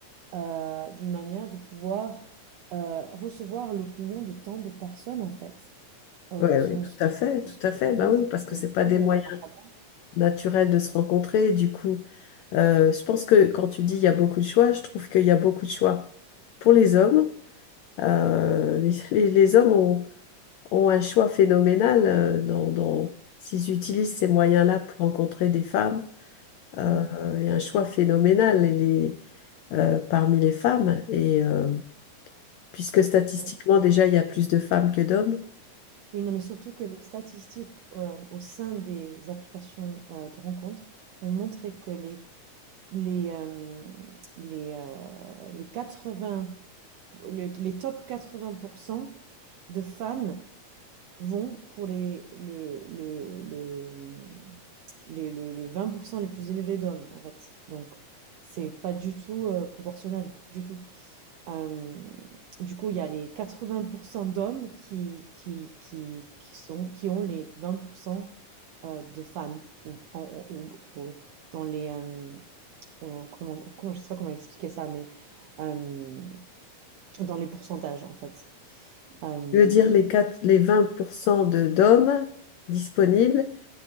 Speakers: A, on the right; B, on the left.
A: euh, d'une manière de pouvoir euh, recevoir l'opinion de tant de personnes en fait. Euh,
B: Oui,
A: si
B: oui,
A: on-
B: tout
A: si
B: à fait,
A: on-
B: tout à fait.
A: je
B: Ben
A: pense
B: oui,
A: que
B: parce que
A: c'est
B: c'est
A: un
B: pas
A: peu
B: des moyens
A: euh, accablant.
B: naturels de se rencontrer. Du coup, euh, je pense que quand tu dis il y a beaucoup de choix, je trouve qu'il y a beaucoup de choix pour les hommes. Euh, <laughs> les, les hommes ont, ont un choix phénoménal euh, dans, dans- s'ils utilisent ces moyens-là pour rencontrer des femmes. Euh,
A: Oui,
B: il y a un choix phénoménal et les, euh, parmi les femmes. Et euh, puisque statistiquement,
A: oui.
B: déjà, il y a plus de femmes que d'hommes.
A: Oui, non, mais surtout que les statistiques euh, au sein des applications euh, de rencontres ont montré que les, les, euh, les, euh, les 80, les, les top 80% de femmes Vont pour les le le le, mmh, les le le vingt pour cent les plus élevés d'hommes, en fait. Donc c'est pas du tout, heu, proportionnel, du tout. Hem, du coup, il y a les quatre-vingts pour cent d'hommes qui qui qui qui sont qui ont les 20 heu, de femmes au en au au dans les, hem, au comment comment je sais pas comment expliquer ça, mais, hem, dans les pourcentages, en fait. Hem
B: je veux dire les quatre- les 20% de, d'hommes disponibles,